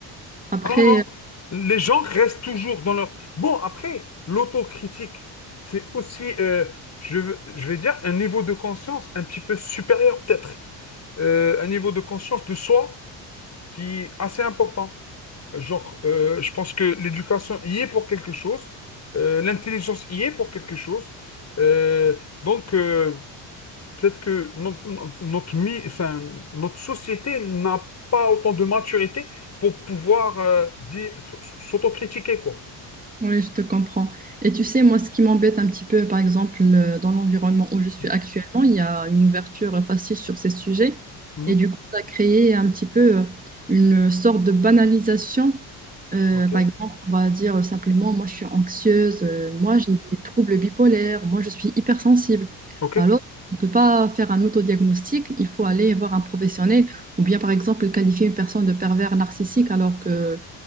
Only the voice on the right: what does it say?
Après,
Oui, je te comprends. Et tu sais, moi, ce qui m'embête un petit peu, par exemple, euh, dans l'environnement où je suis
actuellement, il y a une ouverture facile sur ces sujets.
Et du coup, ça a créé un petit peu euh, une sorte de banalisation. Euh,
par exemple, on va dire simplement, moi, je suis anxieuse, euh, moi, j'ai des troubles bipolaires, moi, je suis hypersensible.
Alors, on ne peut pas faire un autodiagnostic, il faut aller voir un professionnel ou bien, par exemple, qualifier une personne de pervers narcissique alors que